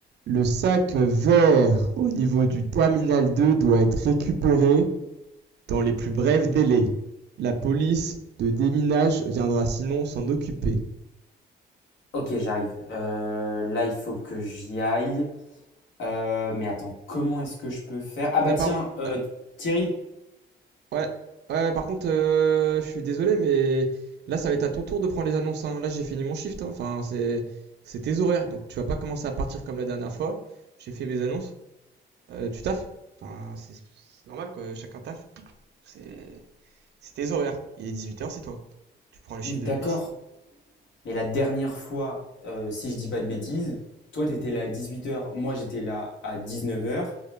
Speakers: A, on the right; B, on the left.
A: Le sac vert au niveau du terminal deux doit être récupéré dans les plus brefs délais. La police de déminage viendra sinon s'en occuper.
B: Ok, j'arrive. Euh, là, il faut que j'y aille. Euh, mais attends, comment est-ce que je peux faire? Ah
A: Là,
B: bah tiens,
A: par...
B: euh,
A: euh,
B: Thierry,
A: Ouais. Ouais, par contre, euh, je suis désolé, mais là, ça va être à ton tour de prendre les annonces, hein. Là, j'ai fini mon shift, hein. Enfin, c'est, tes horaires. Donc, tu vas pas commencer à partir comme la dernière fois. J'ai fait mes annonces. Euh, tu taffes. Enfin, c'est normal, quoi. Chacun taffe. C'est, tes horaires. Il est 18h, c'est toi. Tu prends le chiffre
B: oui, d'accord.
A: de nuit, c'est
B: Mais la dernière fois, euh, si je dis pas de bêtises, toi, t'étais là à 18 heures. moi, j'étais là à 19 heures.